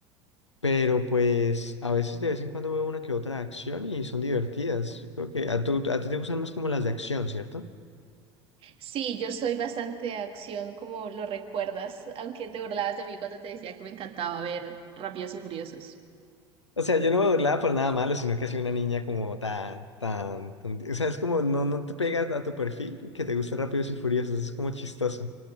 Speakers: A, on the left (about 85°); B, on the right (about 40°).
A: pero pues a veces de vez en cuando veo una que otra de acción y son divertidas. Yo creo que a, tú- a ti te gustan más como las de acción, ¿cierto?
B: Sí, yo soy bastante de acción, como lo recuerdas, aunque te burlabas de mí cuando te decía que me encantaba ver Rápidos y Furiosos.
A: O sea, yo no me burlaba por nada malo, sino que ha sido una niña como tan, tan, tan- O sea, es como no, no te pega a tu perfil que te gusta Rápidos y Furiosos, es como chistoso.